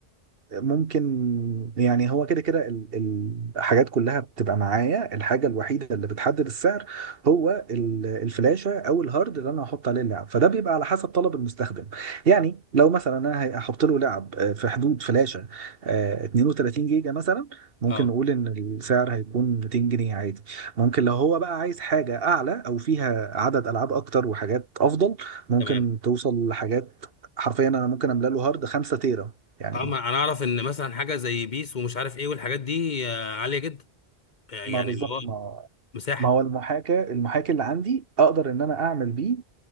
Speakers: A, on the right; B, on the left.
A: ممكن يعني هو كده كده ال- ال- الحاجات كلها بتبقى معايا الحاجة الوحيدة اللي بتحدد السعر هو ال- الفلاشة أو الهارد اللي أنا هحط عليه اللعب فده بيبقى على حسب طلب المستخدم يعني لو مثلا أنا هي- هحط له لعب آه، في حدود فلاشة آه، 32 جيجا مثلا ممكن
B: اه
A: نقول إن السعر هيكون 200 جنيه عادي ممكن لو هو بقى عايز حاجة أعلى أو فيها عدد ألعاب أكتر وحاجات أفضل ممكن
B: تمام
A: توصل لحاجات حرفيا أنا ممكن أملأ له هارد 5 تيرا يعني
B: اه ما انا اعرف ان مثلا حاجه زي بيس ومش عارف ايه والحاجات دي آه، عاليه جدا آه، يعني
A: ما بالظبط
B: اللي هو
A: ما
B: مساحه
A: ما هو المحاكاة المحاكي اللي عندي اقدر ان انا اعمل بيه